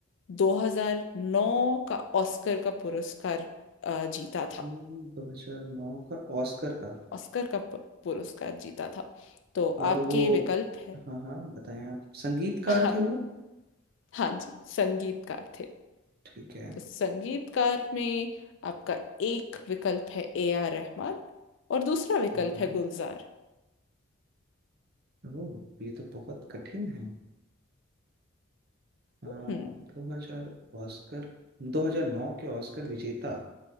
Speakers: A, on the left; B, on the right.
A: 2009 का ऑस्कर का पुरस्कार अ, जीता था
B: हम्म, दो हजार नौ का ऑस्कर का
A: ऑस्कर का पु- पुरस्कार जीता था तो
B: और
A: आपके
B: वो
A: विकल्प है
B: हाँ हाँ बताएं आप संगीतकार
A: आप
B: थे वो
A: हाँ जी संगीतकार थे
B: ठीक है
A: तो संगीतकार में आपका एक विकल्प है ए आर रहमान और दूसरा विकल्प
B: हम्म,
A: है गुलजार
B: ओह ये तो बहुत कठिन है दो
A: हम्म
B: हजार ऑस्कर 2009 के ऑस्कर विजेता